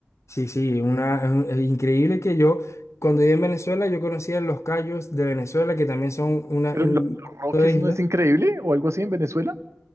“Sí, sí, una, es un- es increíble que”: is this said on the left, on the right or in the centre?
Left